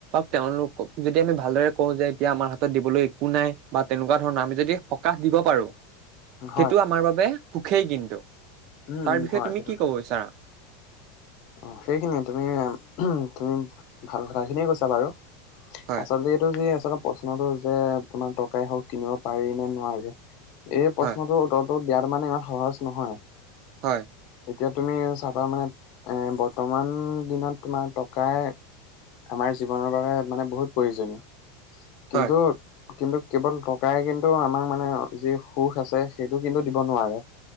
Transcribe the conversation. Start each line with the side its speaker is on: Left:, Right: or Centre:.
Right: তেওঁলোকক যদি আমি ভালদৰে কওঁ যে এতিয়া আমাৰ হাতত দিবলৈ কো নাই বা তেনেকুৱা ধৰণৰ আমি যদি সকাহ দিব পাৰো,
Left: হয়,
Right: সেইটো আমাৰ বাবে সুখেই কিন্তু,
Left: উম,
Right: তাৰ
Left: উম,
Right: বিষয়ে
Left: হয়,
Right: তুমি
Left: সেইটো
Right: কি
Left: হয়।
Right: কব বিচাৰা?
Left: অ', সেইখিনিয়ে তুমি-তুমি, ভাল কথাখিনিয়ে কৈছা বাৰু।
Right: হয়,
Left: আচলতে, এইটো যি আছে। তাৰ প্ৰশ্নতটো যে, তোমাৰ টকা এ হওঁক কিনিব পাৰি নে নোৱাৰে? এই প্ৰশ্নতো
Right: হয়,
Left: দত। টো দিয়াটো মানে ইমান সহজ নহয়।
Right: হয়।
Left: এতিয়া তুমি চাবা মানে, এ বৰ্তমান দিনত তোমাৰ টকা। আমাৰ জীৱনৰ বাবে মানে বহুত প্ৰয়োজনীয় কিন্তু।
Right: হয়,
Left: কিন্তু, কেৱল টকাই কিন্তু আমাৰ মানে যি সুখ আছে। সেইটো কিন্তু দিব নোৱাৰে।